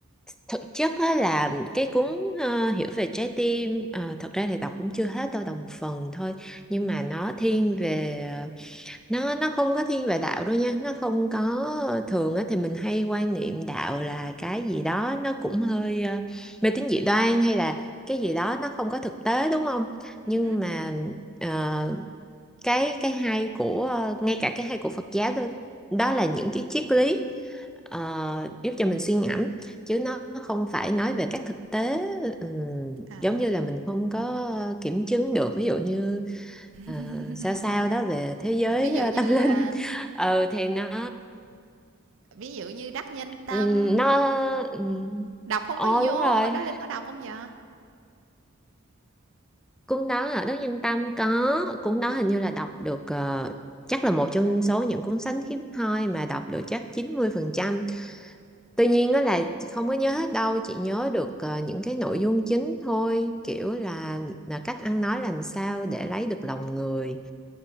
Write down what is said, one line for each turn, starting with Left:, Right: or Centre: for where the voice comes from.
Centre: Thực chất á, là cái cuốn ờ, Hiểu về trái tim ờ, thật ra thì đọc cũng chưa hết đâu, đọc một phần thôi. Nhưng mà nó thiên về ờ, nó nó không có thiên về đạo đâu nha nó không có thường á thì mình hay quan niệm đạo là cái gì đó nó cũng hơi ờ, mê tín dị đoan hay là cái gì đó nó không có thực tế đúng không nhưng
Right: <laughs>
Centre: mà ờ, cái cái hay của ờ, ngay cả cái hay của Phật giáo đó, đó là những cái triết lý ờ, giúp cho mình suy ngẫm chứ nó không phải nói về các thực tế ừ,
Right: À.
Centre: giống như là mình không có kiểm chứng được ví dụ như
Right: <laughs>
Centre: ờ, sao sao đó về thế giới
Right: Ví dụ
Centre: ờ,
Right: như,
Centre: tâm linh
Right: à,
Centre: <laughs> ờ thì nó
Right: ví dụ như Đắc Nhân Tâm,
Centre: ừm, nó ừm,
Right: đọc không
Centre: ồ
Right: có vô,
Centre: đúng rồi
Right: hồi đó Linh có đọc không vậy?
Centre: cuốn đó ở Đức Nhân Tâm có cuốn đó hình như là đọc được ờ, chắc là một trong số những cuốn sách hiếm hoi mà đọc được chắc chín mươi phần trăm tuy nhiên đó là không có nhớ hết đâu chỉ nhớ được ờ, những cái nội dung chính thôi kiểu là là cách ăn nói làm sao để lấy được lòng người